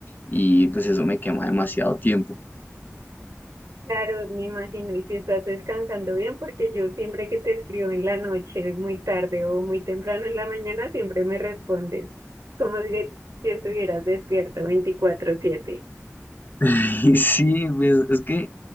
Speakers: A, on the left; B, on the right.
A: y pues eso me quema demasiado tiempo.
B: Claro, me imagino, y si estás descansando bien, porque yo siempre que te escribo en la noche, muy tarde o muy temprano en la mañana, siempre me respondes. Es como si, si estuvieras despierto 24/7.
A: <laughs> Sí, pues es que,